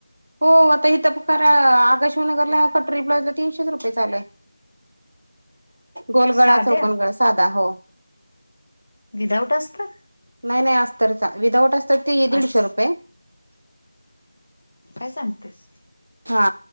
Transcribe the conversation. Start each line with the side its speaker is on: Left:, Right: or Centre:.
Right: हो आता इथं करा, आकाशवाणीनगरला कटोरी ब्लाऊजला तीनशेच रुपये चालेय. गोलगळा
Left: साध्या
Right: चौकनगळा साधा हो.
Left: विदाऊट असतात
Right: नाही नाही अस्तार चा, विदाऊट अस्तर ते दीडशे
Left: आज
Right: रुपये.
Left: काय सांगतेस.
Right: हा